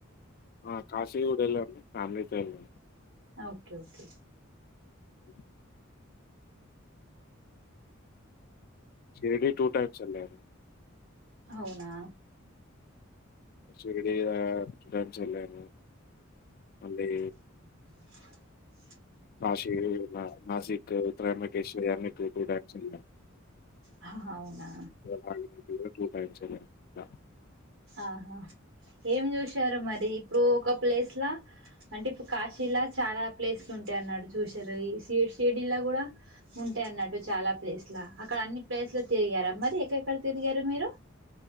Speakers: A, on the left; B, on the right.
A: అ కాశీ కూడ ఏళ్ళం ఫ్యామిలీ తో ఎళ్లాం
B: okay okay
A: <unintelligible> Shirdi two times ఏళ్లం
B: అవునా
A: షిరిడి ఆ టూ టైమ్స్ ఏళ్ళాను మళ్ళీ
B: <unintelligible>
A: కాశి, న నాసిక్, త్రయంబఖేశ్వరి అన్ని టూ టూ టైమ్స్ ళ్ళం
B: హాహా అవునా
A: నాగనది కూడా టూ టైమ్స్ ఎలన్ టా
B: ఆహా ఏం చూశారు మరి <unintelligible> ఒక్క ప్లేస్ లా అంటే ఇప్పుడు కాశీలా చాలా ప్లేస్లు ఉంటాయి అన్నాడు చూసిర్ర, ఈ షిడ్ షిర్డీలా కూడా ఉంటాయి అన్నట్టు చాలా ప్లేస్ లా అక్కడ అన్ని ప్లేస్ లు తిరిగారా మరి ఎక్క ఎక్కడ తిరిగారు మీరు,